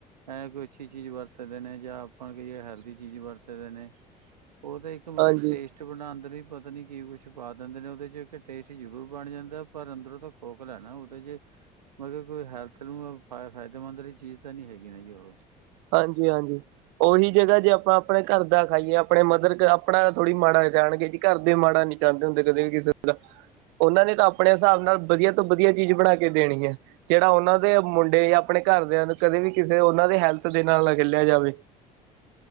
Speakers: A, on the right (about 75°); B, on the right (about 60°).
A: ਐ ਕੋਈ ਅਛੀ ਚੀਜ ਵਰਤਦੇ ਨੇ ਜਾਂ ਆਪਾ ਕਈ ਹੈਲਦੀ ਚੀਜ ਵਰਤਦੇ ਨੇ- ਉਹ ਤਾਂ ਇਕ ਮਤਲਬ
B: ਹਾਂਜੀ,
A: ਟੇਸਟ ਬਣਾਂਦੇ ਨੇ ਪਤਾ ਨੀ ਕੀ ਕੁਛ- ਚ ਪਾ ਦਿੰਦੇ ਨੇ ਉਹਦੇ 'ਚ ਇਕ ਟੇਸਟ ਜਰੂਰ ਬਣ ਜਾਦਾ ਹੈ। ਪਰ ਅੰਦਰੋਂ ਤਾ ਖੋਖਲਾ ਨਾ ਉਹਦੇ 'ਚ- ਮਤਲਬ ਕੋਈ ਹੈਲਥ ਨੂੰ ਫਾਇਦੇਮੰਦ ਵਾਲੀ ਚੀਜ ਤਾਂ ਨਹੀ ਹੈਗੀ ਨਾ ਜੀ ਉਹ-
B: ਹਾਂਜੀ- ਹਾਂਜੀ- ਉਹੀ ਜਗ੍ਹਾ ਜੇ ਆਪਾ ਆਪਣੇ ਘਰ ਦਾ ਖਾਈਏ ਆਪਣੇ ਮਦਰ ਆਪਣਾ ਥੋੜੀ ਮਾੜਾ ਚਾਣਗੇ ਜੀ- ਘਰਦੇ ਮਾੜਾ ਨੀ ਚਾਂਦੇ ਹੁੰਦੇ ਕਦੇ ਵੀ ਕਿਸੇ ਦਾ- ਓਨਾ ਨੇ ਤਾਂ ਅਪਣੇ ਹਿਸਾਬ ਨਾਲ ਵਧੀਆ ਤੋਂ ਵਧੀਆ ਚੀਜ ਬਣਾ ਕੇ ਦੇਣੀ ਏ। ਜੇੜਾ ਓਨਾ ਦੇ ਮੁੰਡੇ ਜਾਂ ਆਪਣੇ ਘਰਦਿਆਂ ਨੂੰ ਕਦੇ ਵੀ ਕਿਸੇ ਓਨਾ ਦੇ ਹੈਲਪ- ਦੇ ਨਾਲ ਨਗਲਿਆ ਜਾਵੇ